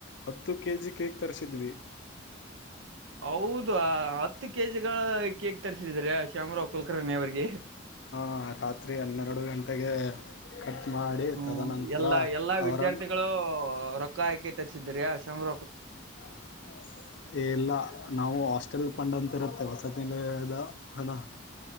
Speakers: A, on the left; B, on the right.
A: ಹತ್ತು ಕೆ ಜಿ ಕೇಕ್ ತರಿಸಿದ್ವಿ.
B: ಹೌದ ಹತ್ತು ಕೆಜಿಗಳ ಕೇಕ್ ತರಿಸಿದಿದ್ದಾರೆ ಶ್ಯಾಮರಾವ್ ಕುಲ್ಕರ್ಣಿ ಅವರಿಗೆ.
A: ಹಾ ರಾತ್ರಿ ಹನ್ನೆರಡು ಗಂಟೆಗೆ. ಕಟ್ ಮಾಡಿ.
B: ಹ್ಮ್
A: ತದನಂತರ
B: ಎಲ್ಲಾ ಎಲ್ಲಾ
A: ಅವರನ್ನು
B: ವಿದ್ಯಾರ್ಥಿಗಳು ರೊಕ್ಕ ಹಾಕಿ ತರಿಸಿದ್ರಯ ಶಾನೂ.
A: <inaudible> ಇಲ್ಲ ನಾವು ಹಾಸ್ಟೆಲ್ ಫಂಡ್ ಅಂತ ಇರುತ್ತೆ ಹೊಸತಿನಿಲಯದ ಹಣ